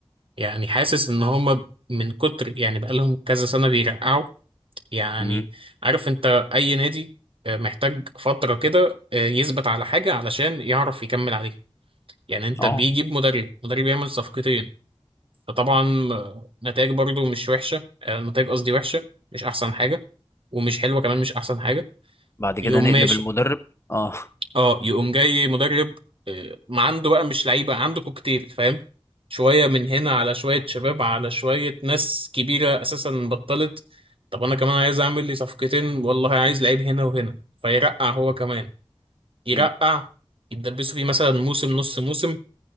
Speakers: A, on the right (about 70°); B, on the left (about 30°).
A: يعني حاسس إن هما من كتر يعني بقالهم كذا سنة بيرقعوا يعني
B: امم
A: عارف أنت أي نادي آه، محتاج فترة كده آه، يثبت على حاجة علشان يعرف يكمل عليها يعني أنت
B: اه
A: بيجيب مدرب مدرب يعمل صفقتين فطبعا آه، نتائج برضو مش وحشة آه، نتائج قصدي وحشة مش أحسن حاجة ومش حلوة كمان مش أحسن حاجة
B: بعد
A: يقوم
B: كده نقلب
A: ماشي
B: المدرب اه
A: اه يقوم جاي مدرب آه، ما عنده بقى مش لعيبه عنده كوكتيل فاهم شويه من هنا على شويه شباب على شويه ناس كبيره اساسا بطلت طب انا كمان عايز اعمل لي صفقتين والله عايز لعيب هنا وهنا فيرقع هو كمان يرقع
B: امم
A: يتدبسوا فيه مثلا موسم نص موسم